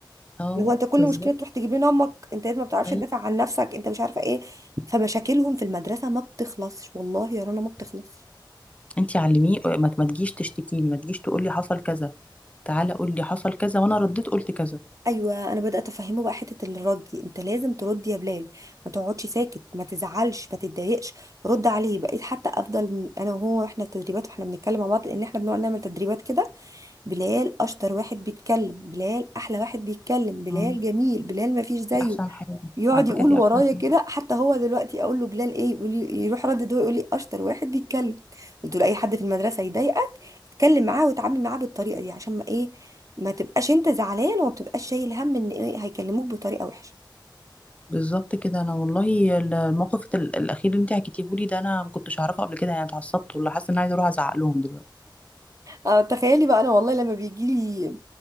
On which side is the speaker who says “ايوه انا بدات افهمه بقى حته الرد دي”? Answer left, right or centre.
Right